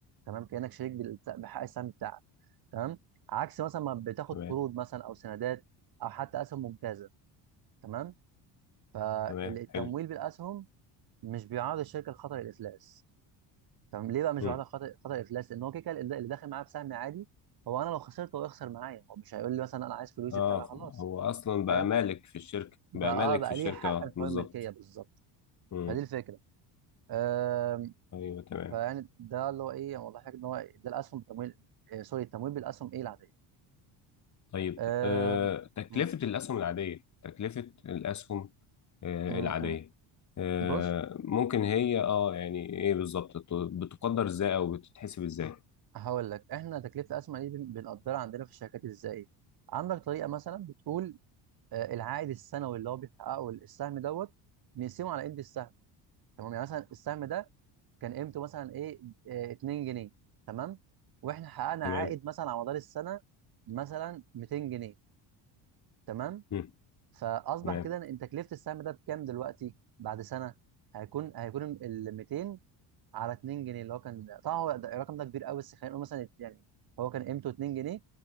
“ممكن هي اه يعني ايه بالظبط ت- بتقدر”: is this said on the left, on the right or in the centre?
Left